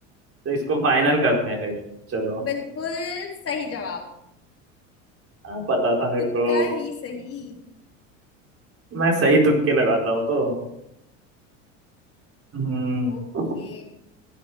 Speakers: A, on the right (about 35°); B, on the left (about 35°).
A: तो इसको फाइनल करते हैं फिर चलो
B: बिल्कुल सही जवाब
A: हाँ पता था मेरे
B: तुक्का
A: को
B: ही सही
A: मैं सही तुक्के लगाता हूँ तो हम्म
B: ओके